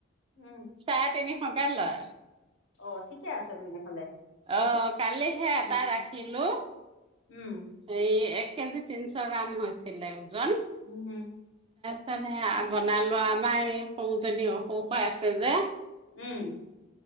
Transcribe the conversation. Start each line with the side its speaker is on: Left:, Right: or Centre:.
Left: উম
Right: চাৰে তিনিশকে লয়।
Left: অ' ঠিকে আছে তেনেহ'লে।
Right: অ' কালিহে এটা
Left: উম
Right: ৰাখিলোঁ।
Left: উম।
Right: এই এক কেজি তিনিশ গ্ৰাম হৈছিলে ওজন।
Left: উম।
Right: তাৰপিছত সেইয়া বনালো, আমাৰ এই সৰু জনী অসুখ হৈ আছে যে।
Left: উম।